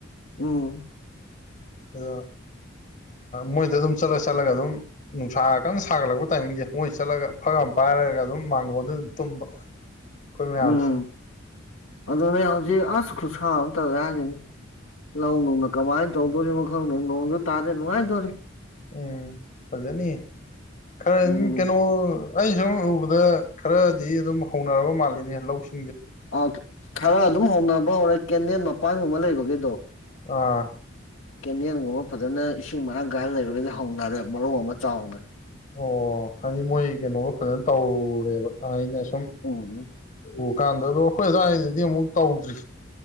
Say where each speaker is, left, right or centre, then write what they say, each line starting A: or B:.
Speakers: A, on the left; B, on the left.
A: ꯎꯝ
B: ꯑꯗꯣ ꯃꯣꯏꯗ ꯑꯗꯨꯝ ꯆꯠꯂ ꯆꯠꯂꯒ ꯑꯗꯨꯝ ꯅꯨꯡꯁꯥ ꯀꯟꯅ ꯁꯥꯒꯠꯂꯛꯄ ꯇꯥꯏꯃꯤꯡꯁꯦ ꯃꯣꯏ ꯆꯠꯂꯒ ꯐꯒ ꯑꯃ ꯄꯥꯏꯔꯒ ꯑꯗꯨꯝ ꯃꯥꯡꯒꯣꯟꯜꯗ ꯑꯗꯨꯝ ꯇꯨꯝꯕ ꯑꯩꯈꯣꯏ ꯃꯌꯥꯝꯁꯦ
A: ꯎꯝ ꯑꯗꯨꯅꯦ ꯍꯧꯖꯤꯛ ꯑꯁ ꯈꯨꯁꯥ ꯑꯃ ꯇꯧꯋꯦ ꯍꯥꯏꯁꯅꯤ ꯂꯧ ꯅꯨꯡꯅ ꯀꯃꯥꯏꯅ ꯇꯧꯗꯣꯔꯤꯅꯣ ꯈꯪꯗ ꯅꯣꯡꯗ ꯇꯥꯗ ꯅꯨꯡꯉꯥꯏꯗꯣꯔꯤ
B: ꯎꯝ ꯐꯖꯅꯤ ꯈꯔ
A: ꯎꯝ
B: ꯀꯩꯅꯣ ꯑꯩ ꯁꯨꯝ ꯎꯕꯗ ꯈꯔꯗꯤ ꯑꯗꯨꯝ ꯍꯧꯅꯔꯕ ꯃꯥꯜꯂꯤꯅꯦ ꯂꯧꯁꯤ
A: ꯑ ꯈꯔ ꯑꯗꯨꯝ ꯍꯧꯅꯕ ꯍꯧꯔꯦ ꯀꯦꯗꯦꯟ ꯃꯄꯥꯟꯒꯨꯝꯕ ꯂꯩꯕꯈꯩꯗꯣ
B: ꯑꯥ
A: ꯀꯦꯗꯦꯜꯒꯨꯝꯕ ꯐꯖꯅ ꯏꯁꯤꯡ ꯃꯔꯥꯡ ꯀꯥꯏꯅ ꯂꯩꯔꯒꯗꯤ ꯍꯧꯅꯔꯦ ꯃꯔꯧ ꯑꯃ ꯆꯥꯎꯅꯦ
B: ꯑꯣ ꯍꯥꯏꯗꯤ ꯃꯣꯏ ꯀꯩꯅꯣꯒ ꯐꯖꯅ ꯇꯧꯔꯦꯕ ꯑꯩꯅ ꯁ
A: ꯎꯝ
B: ꯎ ꯀꯥꯟꯗ ꯑꯗꯣ ꯑꯩꯈꯣꯏ ꯑ꯭ꯋꯥꯏꯗꯗꯤ ꯑꯃꯨꯛ ꯇꯧꯗ꯭ꯔꯤ